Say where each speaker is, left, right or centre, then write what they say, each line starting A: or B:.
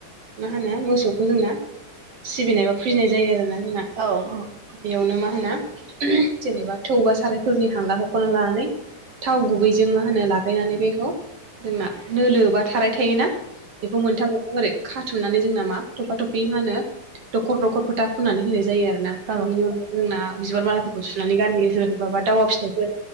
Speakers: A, on the right; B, on the right.
A: मा होनो मोसौखौ जोंना सिबिनाय बा फुजिनाय जायो आरोना जोंना
B: औ औ
A: बेयावनो मा होनो जेनेबा थौ बा सारायफोरनि हांगार हख'ना लानानै थाव गुबैजों मा होनो लागायनानै बेखौ जोंना नोलो बा थाराय थायोना बेखौ मोनथाम ओरै खाथुमनानै जोंना मा थफा थफि मा होनो दखर दखर फोथा फुननानै होनाय जायो आरो ना
B: औ
A: ओमफाय बिनि अनागायै जोंना बिबार मालाफोरखौ सुनानै गानहोयो सोर सोरबा बा दावा फिथाइफोर